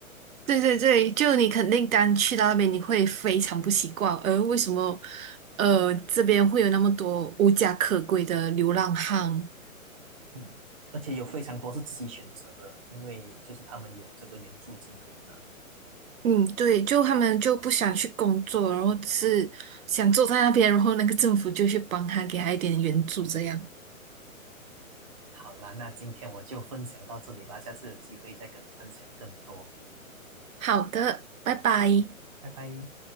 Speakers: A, on the right; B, on the right.
A: 对对对，就你肯定刚去到那边，你会非常不习惯。呃，为什么呃这边会有那么多无家可归的流浪汉？
B: 嗯，而且有非常多是自己选择的，因为就是他们有这个援助金可以拿。
A: 嗯，对，就他们就不想去工作，然后只是想坐在那边，然后那个政府就去帮他，给他一点援助，这样。
B: 好啦，那今天我就分享到这里吧，下次有机会再跟你分享更多，
A: 好的，拜拜。
B: 拜拜。